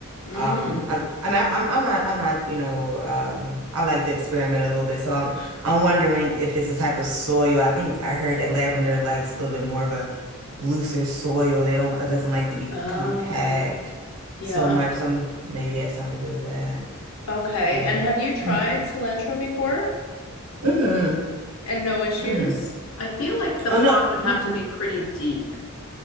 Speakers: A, on the left; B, on the right.
A: Mm.
B: Um, I, I mean, I, I'm I'm not I'm not you know. Um, I like to experiment a little bit, so I'm I'm wondering if it's the type of soil. I think I heard that lavender likes a little bit more of a looser soil. They don't. It doesn't like to be
A: Oh,
B: compact
A: yeah.
B: so much. Some maybe it has something to do with that.
A: Okay.
B: You know.
A: And have you tried
B: <laughs>
A: cilantro before?
B: Mm-hmm.
A: And no issues?
B: Mm-hmm.
A: I feel like the
B: Oh
A: pot
B: no,
A: would
B: no.
A: have to be pretty deep.